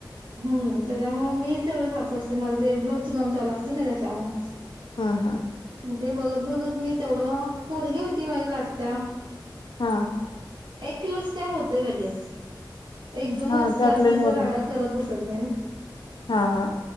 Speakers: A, on the right; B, on the left.
A: हम्म त्याच्यामुळे मीच एवढी घरच असते माझ ते ब्लाउजचं काम चालू असते ना त्याच्यामुळ.
B: हा हा,
A: ग ते बघत बघत मी तेवढं, पोरगी होती माझी लाटत्या.
B: हा,
A: एक किलोच काय होतय लगेच, एकदमच
B: हा त्यातले
A: जास्ती
B: होत
A: तर राडा
B: नाही.
A: करत बस. <unintelligible>
B: हा हा,